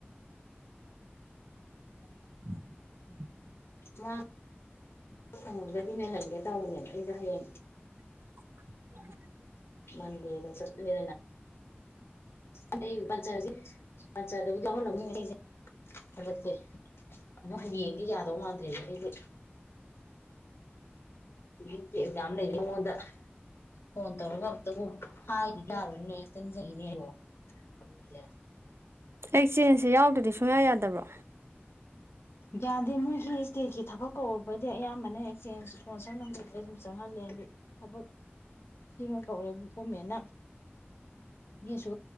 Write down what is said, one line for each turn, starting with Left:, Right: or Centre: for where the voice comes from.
Right: ꯎꯝ
Left: ꯃꯥ ꯁꯡꯉꯒꯗꯤ ꯃꯦꯜꯍꯟꯒꯦ ꯇꯧꯕꯅꯦꯕ ꯑꯩꯗꯣ ꯍꯌꯦꯡ
Right: ꯎꯝ
Left: ꯃꯗꯤꯔꯗ ꯆꯠꯂꯦꯗꯅ ꯅ ꯑꯗꯩꯩ ꯃꯖꯥꯖꯤꯗ ꯑꯠꯆꯥ ꯑꯗꯨꯗ ꯂꯧꯍꯜꯂꯝꯅꯤꯁꯦ ꯍꯧꯒꯠꯀꯦ <inaudible> <unintelligible> ꯑꯗꯣ ꯍꯌꯦꯡꯗꯤ ꯌꯥꯗꯧ ꯃꯥꯟꯗ꯭ꯔꯦꯕ ꯑꯩꯗꯣ ꯍꯨꯖꯤꯛꯇꯤ ꯑꯦꯛꯖꯥꯝ ꯂꯩꯔꯤꯉꯣꯟꯗ ꯐꯣꯟ ꯇꯧꯔꯒ ꯑꯃꯨꯛꯇꯕꯨ ꯍꯥꯏꯒꯤꯇꯔꯤꯅꯦ ꯑꯩ ꯪꯅꯤꯣ <inaudible>
Right: ꯑꯩꯛꯆꯦꯟꯖꯁꯦ ꯌꯥꯎꯗꯗꯤ ꯁꯨꯡꯌꯥ ꯌꯥꯗꯕ꯭ꯔꯣ
Left: ꯌꯥꯗꯦ ꯃꯣꯏꯒꯤ ꯏꯁꯇꯦꯠꯀꯤ ꯊꯕꯛ ꯀꯧꯔꯛꯄꯩꯗꯤ ꯑꯌꯥꯝꯕ ꯅ ꯑꯦꯛꯆꯦꯟꯖ ꯄꯣꯟꯁꯔ ꯅꯝꯕꯔꯗꯤ ꯑꯗꯨꯝ ꯆꯪꯉꯒꯦ ꯅꯦꯂꯤꯠ ꯊꯕꯛ ꯁꯤꯃ ꯀꯧꯔꯦ ꯒꯣꯔꯃꯦꯟꯅ ꯒꯤꯁꯨ